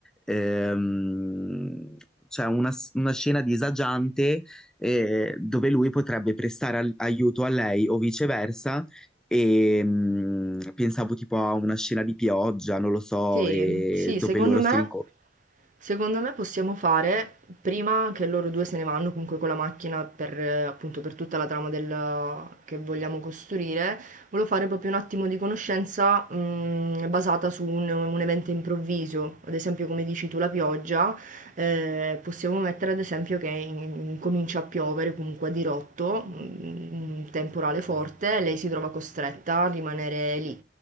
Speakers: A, in the centre; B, on the right (about 45°).
A: ehm, cioè una, s- una scena disagiante eh, dove lui potrebbe prestare al- aiuto a lei o viceversa. E mh, pensavo tipo a una scena di pioggia, non lo so,
B: Sì,
A: e
B: sì,
A: dove
B: secondo
A: loro
B: me,
A: si rincontrano.
B: secondo me possiamo fare prima che loro due se ne vanno comunque con la macchina per, eh, appunto, per tutta la trama del- che vogliamo costruire. Volevo fare proprio un attimo di conoscenza mh, basata su un, un evento improvviso, ad esempio come dici tu la pioggia, eh, possiamo mettere ad esempio che in- comincia a piovere comunque a dirotto, mh, un temporale forte, lei si trova costretta a rimanere lì